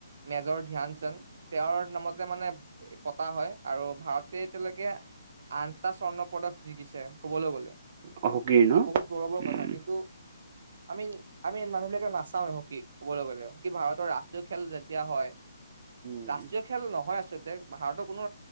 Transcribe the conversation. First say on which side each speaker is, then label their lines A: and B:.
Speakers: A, on the right; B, on the right.
A: মেজৰ ধ্যান চান্দ তেওঁৰ নামতে মানে পতা হয় আৰু ভাৰতে এতিয়ালৈকে আঠটা স্বৰ্ণ পদক জিকিছে ক'বলৈ গ'লে
B: অ হকী
A: তাত
B: ন?
A: বহুত গৌৰৱৰ
B: উম,
A: কথা কিন্তু আমি আমি মানুহ বিলাকে নাচাও হকী ক'বলৈ গ'লে কি ভাৰতৰ ৰাষ্ট্ৰ ৰাষ্ট্ৰীয় খেল যেতিয়া হয়
B: উম,
A: ৰাষ্ট্ৰীয় খেল নহয় আচ ভাৰতৰ কোনো